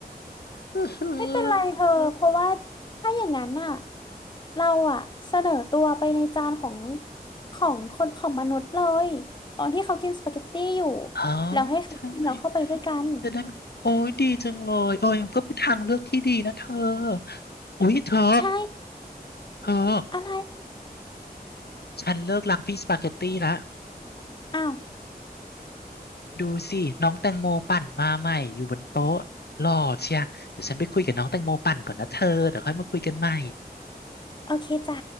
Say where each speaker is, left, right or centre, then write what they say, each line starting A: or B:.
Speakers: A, on the left (about 80°); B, on the left (about 30°).
A: <laughs>
B: ไม่เป็นไรเธอเพราะว่าถ้าอย่างนั้นอ่ะเราอ่ะเสนอตัวไปในจานของของคนของมนุษย์เลยตอนที่เขากินสปาเกตตี้อยู่
A: อ๋อ
B: แล้วให้เขากินเราเข้าไปด้วยกัน
A: ใช่ไหมจะได้โอ้ยดีจังเลยเอนก็เป็นทางเลือกที่ดีนะเธอโอ้ยเธอ
B: ใช่
A: เธอ
B: อะไร
A: ฉันเลิกรักพี่สปาเกตตี้ละ
B: อ้าว
A: ดูสิน้องแตงโมปั่นมาใหม่อยู่บนโต๊ะหล่อเชียเดี๋ยวฉันไปคุยกับน้องแตงโมปั่นก่อนนะเธอเดี๋ยวค่อยมาคุยกันใหม่
B: โอเคจ้ะ